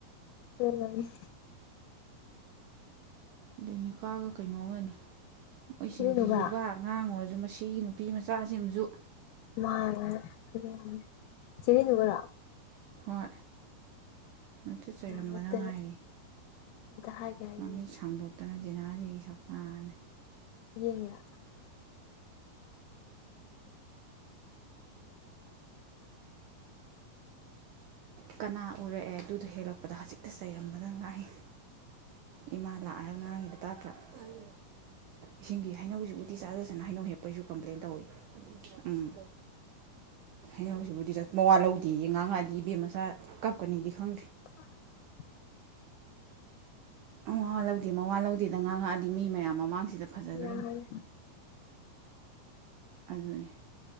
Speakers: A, on the left; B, on the right.
A: <unintelligible>
B: ꯂꯦꯅꯤꯀꯥꯒ ꯀꯩꯅꯣꯒꯅꯤ ꯃꯣꯏꯁꯤꯡꯁꯤꯁꯨ
A: ꯊꯤꯔꯦꯟꯅꯨꯒ
B: ꯕꯥ ꯑꯉꯥꯡ ꯎꯔꯁꯨ ꯃꯁꯤꯒꯤ ꯅꯨꯄꯤ ꯃꯆꯥꯁꯤꯝ ꯃꯁꯨ
A: ꯃꯥ <unintelligible> ꯆꯦ ꯔꯤꯅꯨꯒꯔꯣ
B: ꯍꯣꯏ ꯑꯗꯨ ꯆꯩꯔꯝꯕꯗ
A: ꯉꯥꯡꯉꯛꯇꯅ
B: ꯉꯥꯏꯔꯤ
A: ꯑꯝꯇ ꯍꯥꯏꯒꯦ ꯍꯥꯏꯒꯦ
B: ꯃꯃꯤꯠ ꯁꯥꯡꯗꯣꯛ ꯇꯅ ꯖꯤꯅꯥ ꯌ ꯁꯛꯅꯟꯅꯤ
A: ꯌꯦꯡꯉꯤꯔꯥ
B: ꯀꯅꯥ ꯎꯔꯛꯑꯦ ꯑꯗꯨꯗ ꯍꯦꯛꯂꯛꯄꯗ ꯍꯧꯖꯤꯛꯇ ꯆꯩꯔꯝꯕꯗ ꯉꯥꯏ ꯏꯃꯥ ꯂꯥꯛꯑꯒ ꯉꯥꯡꯉꯤꯗ ꫭ ꯇꯥꯗꯔ ꫭ ꯏꯁꯤꯡꯒꯤ ꯍꯩꯅꯧꯁꯤꯕꯨꯗꯤ ꯆꯥꯖꯁꯅ ꫭ ꯍꯩꯅꯧ ꯍꯦꯛꯄꯩꯁꯨ ꯀꯝꯄ꯭ꯂꯦꯟ ꯇꯧꯏꯤ ꯎꯝ ꯍꯩꯅꯁꯤꯕꯨꯗꯤ ꯆꯠ ꯃꯋꯥ ꯂꯧꯗꯦꯌꯦ ꯉꯥꯡꯉꯛꯑꯗꯤ ꯏꯕꯦꯝꯃ ꯀꯞꯀꯅꯤꯗꯤ ꯈꯪ
A: <unintelligible>
B: ꯑꯋꯥ ꯂꯧꯗꯦ ꯃꯋꯥ ꯂꯧꯗꯦꯗ ꯉꯥꯡꯉꯛꯑꯗꯤ ꯃꯤ ꯃꯌꯥꯝ ꯃꯃꯥꯡꯁꯤꯗ ꯐꯖꯗꯣꯔꯤꯕꯅꯤ
A: ꯃꯥꯅ
B: ꯑꯗꯨꯅꯦ